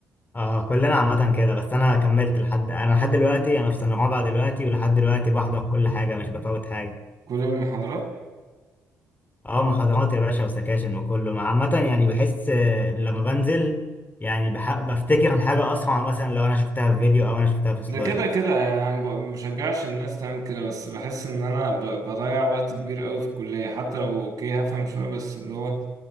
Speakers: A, on the left; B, on the right.
A: اه كلنا عامه كده بس انا كملت لحد انا لحد دلوقتي انا في سنه رابعه دلوقتي ولحد دلوقتي بحضر كل حاجه مش بفوت حاجه
B: كل المحاضرات
A: اه محاضرات يا باشا وسكاشن وكله مع- عامة يعني بحس آه، لما بنزل يعني بح... بفتكر الحاجة أسرع مثلا لو أنا شفتها في فيديو أو أنا شفتها في سلايد
B: ده كده كده يعني أنا ب- مشجعش الناس تعمل كده بس بحس ان انا ب- بضيع وقت كبير قوي في الكلية حتى لو اوكي هفهم شوية بس اللي هو